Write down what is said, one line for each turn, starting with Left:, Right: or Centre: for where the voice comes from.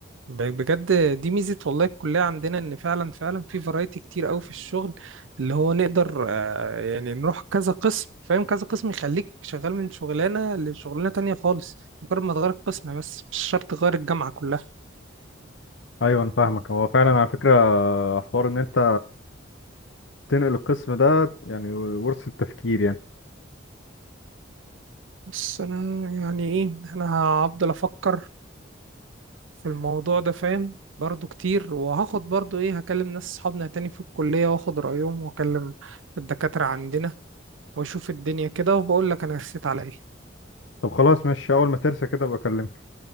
Right: ب- بجد دي ميزة والله الكلية عندنا ان فعلا فعلا في فرايتي كتير قوي في الشغل اللي هو نقدر آه، يعني نروح كذا قسم فاهم كذا قسم يخليك شغال من شغلانة لشغلانة تانية خالص مجرد ما تغير القسم بس مش شرط تغير الجامعة كلها
Left: ايوه انا فاهمك هو فعلا على فكره حوار ان انت تنقل القسم ده يعني ورث التفكير يعني
Right: بس انا يعني ايه انا هفضل افكر في الموضوع ده فاهم برضو كتير وهاخد برضو ايه هكلم ناس صحابنا تاني في الكلية واخد رأيهم واكلم الدكاترة عندنا واشوف الدنيا كده وبقول لك انا رسيت على ايه
Left: طب خلاص ماشي اول ما ترسى كده ابقى اكلمك